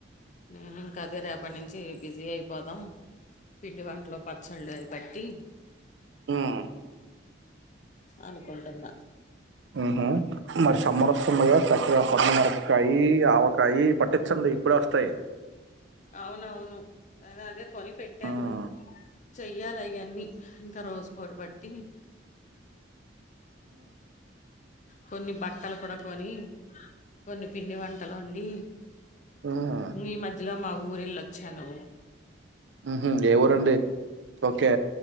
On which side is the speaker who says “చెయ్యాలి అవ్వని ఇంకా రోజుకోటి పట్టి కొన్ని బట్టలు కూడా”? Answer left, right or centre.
Left